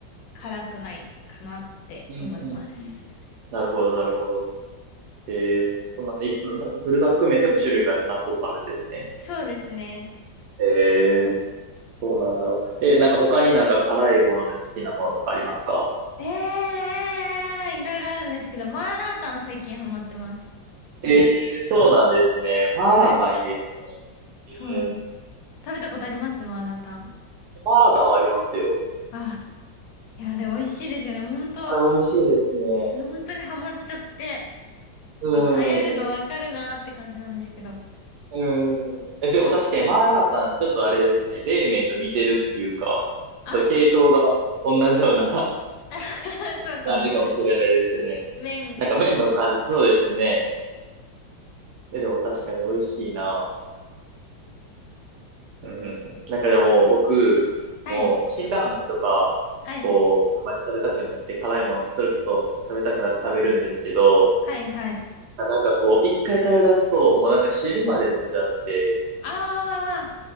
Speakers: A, on the left; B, on the right.
A: 辛くないかなって思います。
B: うんうんうんうんうん。なるほど、なるほど。ええ、そんな、いブルダック麺でも種類が何個かあるんですね。
A: そうですね。
B: ええ。そうなんだ。え、なんか他になんか辛いもので好きなものとかありますか
A: ええいろいろあるんですけど、マーラータン最近ハマってます。
B: えー、そうなんですね。マーラータンいいですね。
A: はい。そう。
B: え
A: 食べたことありますマーラータン。
B: ー、マーラータンはありますよ。
A: あ、いや、あれ美味しいですよね。ほんと、
B: あれ、美味しいですね。
A: ほんとにハマっちゃって。
B: うーん。
A: 流行るのわかるなーって感じなんですけど。
B: うーん。え、でも確かにマーラータン、ちょっとあれですね。冷麺と似てるっていうか、ちょっと系統が同じような
A: あ、<laughs>
B: <laughs>
A: そうかも。
B: 感じかもしれないですね。
A: 麺。
B: なんか麺の感じ、そうですね。え、でも確かに美味しいな。うんうんうん。なんかでも、僕、
A: はい、
B: もう、辛ラーメンとか、
A: はい、
B: こう、たまに食べたくなって、辛いもん、それこそ食べたくなって食べるんですけど、
A: はい、はい。
B: あなんかこう、一回食べ出すと、もうなんか汁まで飲んじゃって、
A: あー。